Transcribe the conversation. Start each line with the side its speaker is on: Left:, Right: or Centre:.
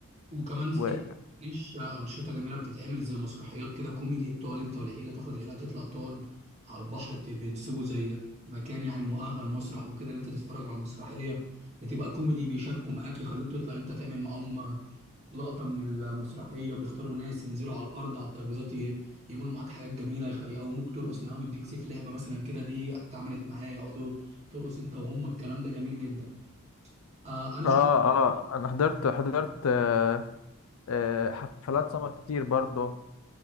Right: وكمان في
Left: و...
Right: مش أنشطة جميلة بتتعمل زي مسرحيات كده كوميدي بتقعد أنت والعيلة تاخد العيلة تطلع تقعد على البحر بت- بينسبوا زي مكان يعني مؤهل مسرح وكده اللي أنت تتفرج على مسرحية بتبقى كوميدي بيشاركوا معاك يخلوك تطلع أنت تعمل معاهم لقطة من المسرحية بيختاروا ناس ينزلوا على الأرض على الترابيزات ي- يعملوا معاك حاجات جميلة يخ- يقوموك ترقص معاهم يديك سيف لعبة مثلا كده دي اتعملت معايا يقعدوا ترقص أنت وهم الكلام ده جميل جدا آه أنا
Left: آه
Right: شك
Left: آه أنا حضرت حضرت آه، آه، حفلات سمر كتير برضه